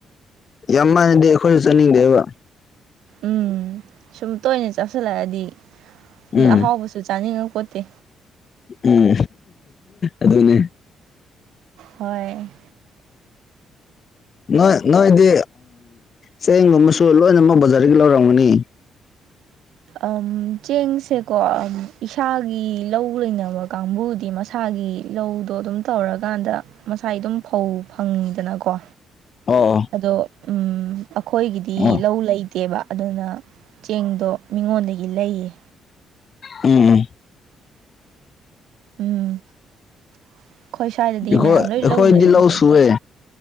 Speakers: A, on the left; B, on the right.
A: ꯌꯥꯝ ꯃꯥꯟꯂꯗꯤ ꯑꯩꯈꯣꯏꯁꯨ ꯆꯥꯅꯤꯡꯗꯦꯕ
B: ꯎꯝ ꯁꯨꯝ ꯇꯣꯏꯅ ꯆꯥꯁꯤꯜꯂꯛꯑꯗꯤ ꯃꯤ
A: ꯎꯝ
B: ꯑꯍꯥꯎꯕꯁꯨ ꯆꯥꯅꯤꯡꯉꯥꯛ ꯄꯣꯠꯇꯦ
A: ꯎꯝ ꯑꯗꯨꯅꯦ
B: ꯍꯣꯏ
A: ꯅꯣꯏ ꯅꯣꯏꯗꯤ ꯆꯦꯡꯒꯨꯝꯕꯁꯨ ꯂꯣꯏꯅꯃꯛ ꯕꯖꯥꯔꯗꯒꯤ ꯂꯧꯔꯝꯒꯅꯤ
B: ꯑꯝ ꯆꯦꯡꯁꯦꯀꯣ ꯏꯁꯥꯒꯤ ꯂꯧ ꯂꯩꯅꯕ ꯀꯥꯡꯕꯨꯗꯤ ꯃꯁ ꯏꯁꯥꯒꯤ ꯂꯥꯎꯗꯣ ꯑꯗꯨꯝ ꯇꯧꯔꯀꯥꯟꯗ ꯃꯁꯥꯏ ꯑꯗꯨꯝ ꯐꯧ ꯐꯪꯉꯤꯗꯅꯀꯣ
A: ꯑꯣ ꯑꯣ
B: ꯑꯗꯣ ꯎꯝ ꯑꯩꯈꯣꯏꯒꯤꯗꯤ
A: ꯑꯣ
B: ꯂꯧ ꯂꯩꯇꯦꯕ ꯑꯗꯨꯅ ꯆꯦꯡꯗꯣ ꯃꯤꯉꯣꯟꯗꯒꯤ ꯂꯩꯌꯦ
A: ꯎꯝ ꯎꯝ
B: ꯎꯝ ꯑꯩꯈꯣꯏ ꯁ꯭ꯋꯥꯏꯗꯗꯤ
A: ꯑꯩꯈꯣꯏ
B: ꯃꯌꯥꯝ ꯂꯣꯏ
A: ꯑꯩꯈꯣꯏꯗꯤ
B: ꯂꯥꯎ ꯂꯩꯅꯕꯒꯤ
A: ꯂꯧ ꯁꯨꯑꯦ